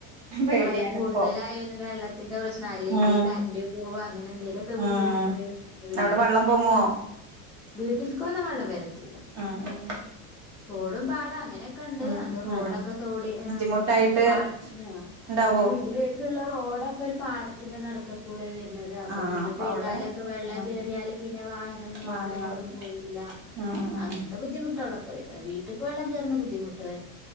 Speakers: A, on the right; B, in the centre.
A: പേടിയാണ്
B: മഴ കൂടുതലായാ
A: ഇപ്പോ
B: വെള്ളത്തിൻ്റെ പ്രശ്‌നാ അല്ലെങ്കില്
A: ഉം
B: കറൻ്റ് പോവാ അങ്ങനെ എന്തേലൊക്കെ
A: ഉം
B: ബുദ്ധിമുട്ട് വരും മഴ പെയ്യുമ്പോ
A: അവിടെ വെള്ളം പൊങ്ങോ
B: വീട്ടിൽക്കൊന്നും വെള്ളം വര ത്തില്ല
A: ഉം ഉം
B: തോടും പാടവും അങ്ങനെ യൊക്കെയുണ്ട്
A: ഉം
B: അത്
A: ഉം
B: റോഡൊക്കെ
A: ഉം
B: തോടി
A: ബുദ്ധിമുട്ടായിട്ട്
B: ഏഹ് പാട ആഹ്
A: ഉണ്ടാവോ
B: വീട്ടിലേക്കുള്ള റോഡ് ഒക്കൊ ഒരു പാടത്തിൻ്റെ നടുക്കകൂടെയാ വരു ന്നത് അപ്പൊ
A: ആഹ്
B: നിന്ന് പെയ്താലൊക്കെ
A: അവിടെ
B: വെള്ളം
A: ഉം
B: കേറിയാല് പിന്നെ വാഹനമൊന്നും
A: വാഹനങ്ങളൊക്കെ
B: അങ്ങട് അങ്ങടും പോവൂല
A: ഉം ഉം
B: അങ്ങനത്തെ
A: ഉം
B: ബുദ്ധിമുട്ടുകളൊക്കെ വരും വീട്ടിക്ക് വെള്ളം കേറുന്ന ബുദ്ധിമു ട്ട് വര